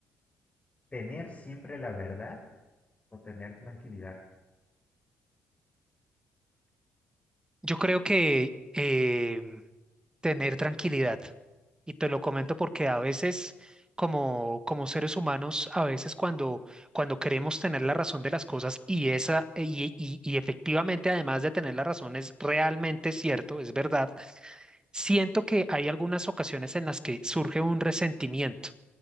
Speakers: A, on the left; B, on the right.
A: ¿Tener siempre la verdad o tener tranquilidad?
B: Yo creo que em, tener tranquilidad, y te lo comento porque a veces, como, como seres humanos, a veces cuando, cuando queremos tener la razón de las cosas y esa, y, y y efectivamente, además de tener la razón, es realmente cierto, es verdad Siento que hay algunas ocasiones en las que surge un resentimiento.